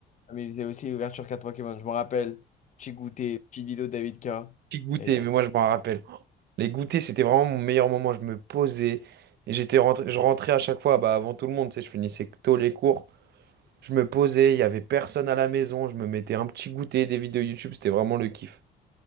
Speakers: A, on the left; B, on the right.
A: Ah, Mais il faisait aussi ouverture ouvertures cartes Pokémon. Je me rappelle. Petit goûter, petite vidéo de David K.
B: Pique goûter,
A: Et,
B: mais moi, je m'en rappelle. Les goûters, c'était vraiment mon meilleur moment. Je me posais. Et j'étais rentré... je rentrais à chaque fois, bah, avant tout le monde, tu sais, je finissais tôt les cours. Je me posais, il y avait personne à la maison. Je me mettais un petit goûter, des vidéos YouTube. C'était vraiment le kiff.